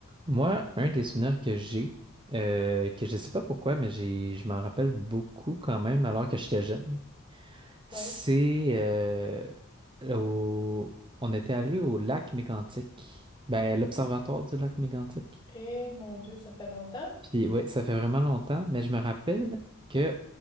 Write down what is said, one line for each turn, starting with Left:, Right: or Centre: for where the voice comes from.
Right: Moi, un des souvenirs que j'ai, euh, que je sais pas pourquoi, mais j'ai, je m'en rappelle beaucoup quand même, alors que j'étais jeune, c'est
Left: Ouais.
Right: euh, au- on était allé au lac Mégantic, ben l'observatoire du lac Mégantic.
Left: Et mon Dieu, ça fait longtemps.
Right: Puis ouais, ça fait vraiment longtemps, mais je me rappelle que